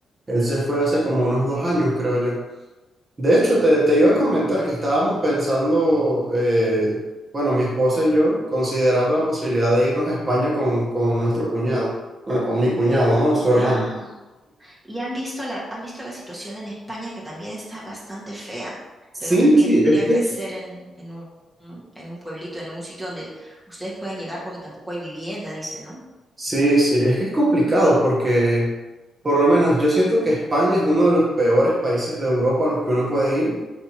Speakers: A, on the right; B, in the centre.
A: él se fue hace como unos dos años, creo yo. De hecho, te, te iba a comentar que estábamos pensando, eh, bueno, mi esposa y yo, considerando la posibilidad de irnos a España con, con nuestro cuñado, bueno, con mi cuñado, ¿no? Su hermano.
B: Ah, y han visto la, han visto la situación en España que también está bastante fea,
A: Sí,
B: pero también
A: sí,
B: tendría
A: es que...
B: que ser en, en un, en un pueblito, en un sitio donde ustedes puedan llegar porque tampoco hay vivienda, dice, ¿no?
A: Sí, sí, es que es complicado porque, por lo menos, yo siento que España es uno de los peores países de Europa a los que uno puede ir.